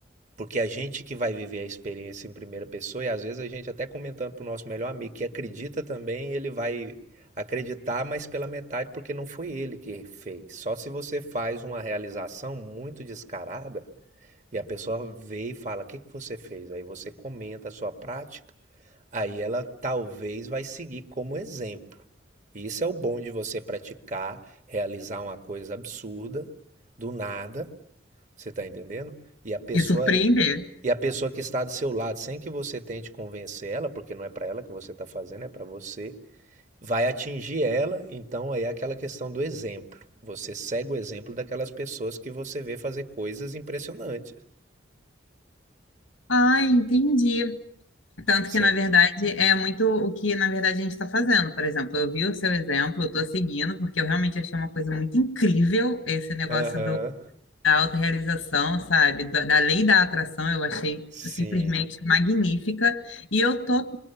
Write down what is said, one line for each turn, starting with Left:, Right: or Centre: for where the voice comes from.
Right: porque a gente que vai viver a experiência em primeira pessoa, e às vezes a gente até comentando pro nosso melhor amigo que acredita também, ele vai acreditar, mas pela metade, porque não foi ele que fez. Só se você faz uma realização muito descarada e a pessoa vê e fala: O que que você fez? Aí você comenta a sua prática. Aí ela talvez vai seguir como exemplo. E isso é o bom de você praticar, realizar uma coisa absurda, do nada, você está entendendo? E a pessoa
Left: E surpreender.
Right: e a pessoa que está do seu lado, sem que você tente convencer ela, porque não é para ela que você está fazendo, é para você, vai atingir ela. Então aí é aquela questão do exemplo. Você segue o exemplo daquelas pessoas que você vê fazer coisas impressionantes.
Left: Ah, entendi. Tanto
Right: Você...
Left: que, na verdade, é muito o que, na verdade, a gente está fazendo. Por exemplo, eu vi o seu exemplo, eu estou seguindo, porque eu realmente achei uma coisa muito incrível esse negócio
Right: Aham,
Left: do, da autorrealização, sabe? Da, da lei da atração, eu achei
Right: sim.
Left: simplesmente magnífica. E eu estou